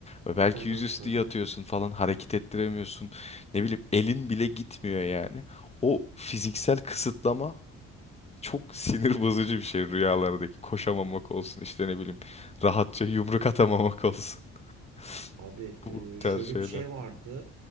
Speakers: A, on the left; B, on the right.
A: Ve belki
B: Hı hı
A: yüzüstü
B: hı hı.
A: yatıyorsun falan hareket ettiremiyorsun. Ne bileyim elin bile gitmiyor yani. O fiziksel kısıtlama çok sinir bozucu bir şey rüyalardaki. Koşamamak olsun işte ne bileyim rahatça yumruk atamamak olsun. <laughs>
B: Abi
A: Bu
B: e,
A: tarz
B: şöyle
A: şeyler.
B: bir şey vardı.